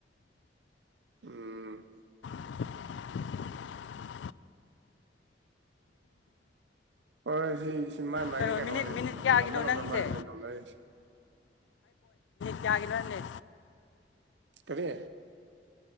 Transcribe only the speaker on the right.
ꯎꯝ
ꯍꯣꯏ ꯁꯣꯝꯒꯤꯁ ꯁꯤ ꯃꯥꯏ ꯃꯥꯒꯤ
ꯀꯩꯅꯣꯅꯦ
ꯉꯝꯅ
ꯉꯝꯅ ꯍꯥꯏꯗꯨꯅꯦ ꯇꯧꯅꯔꯤꯁꯤ
ꯀꯔꯤ